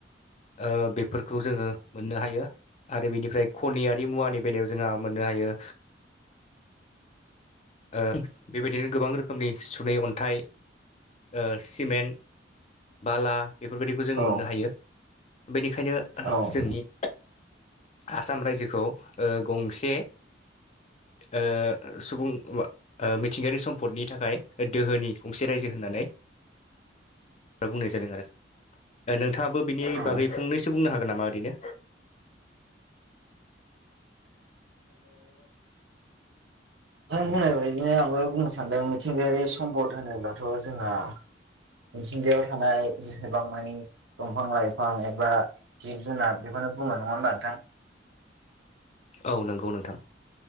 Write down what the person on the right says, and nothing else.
औ
औ
औ
आरो बुंनाय बाइदि बिदिनो आंबो बुंनो सानदों मिथिंगायारि सम्पद होनोब्लाथ' जोंना मिनथिंगायाव थानाय जेसेबां मानि दंफां लाइफां एबा जिब जुनार बेखौनो बुङो नङा होनोमबा नोंथां?